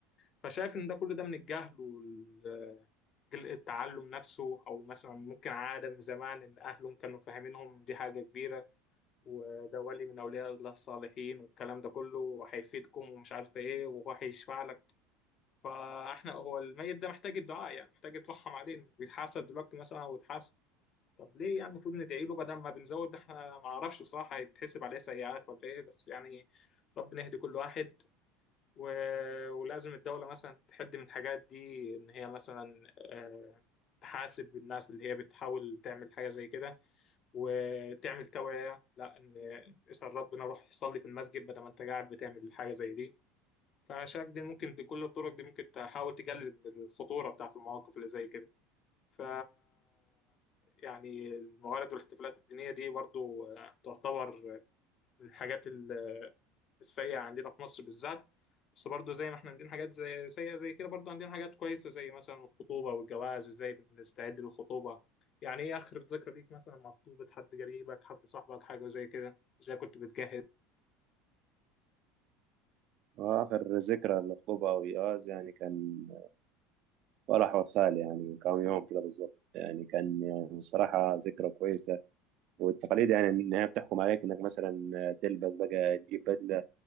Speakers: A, on the left (about 45°); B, on the right (about 60°).
A: فشايف ان ده كل ده من الجهل وال جل- التعلم نفسه او مثلا ممكن عاده من زمان ان اهلهم كانوا فاهمينهم إن دي حاجه كبيره وده ولي من اولياء الله الصالحين والكلام ده كله هيفيدكم ومش عارف ايه وهو هيشفع لك فاحنا هو الميت ده محتاج الدعاء يعني محتاج يترحم عليه بيتحاسب دلوقتي مثلا او يتحاسب طب ليه يعني المفروض ندعي له بدل ما بنزود ده احنا ما اعرفش بصراحه هيتحسب عليه سيئات ولا ايه بس يعني ربنا يهدي كل واحد و... ولازم الدوله مثلا تحد من الحاجات دي ان هي مثلا آه، تحاسب الناس اللي هي بتحاول تعمل حاجه زي كده وتعمل توعيه لا ان اسال ربنا روح صلي في المسجد بدل ما انت قاعد بتعمل حاجه زي دي فشايف دي ممكن بكل الطرق دي ممكن تحاول تقلل من الخطوره بتاعت المواقف اللي زي كده ف يعني الموارد والاحتفالات الدينية دي برضو آه، تعتبر من الحاجات ال- السيئة عندنا في مصر بالذات بس برضو زي ما احنا عندنا حاجات زي سيئة زي كده برضو عندنا حاجات كويسة زي مثلا الخطوبة والجواز ازاي بنستعد للخطوبة يعني ايه آخر ذكرى ليك مثلا مع خطوبة حد قريبك حد صاحبك حاجة زي كده ازاي كنت بتجهز
B: واخر ذكرى للخطوبه او ايقاظ يعني كان فرح واد خالي يعني من كام يوم كده بالظبط يعني كان يعني الصراحة ذكرى كويسة والتقاليد يعني إن هي بتحكم عليك إنك مثلا تلبس بقى تجيب بدلة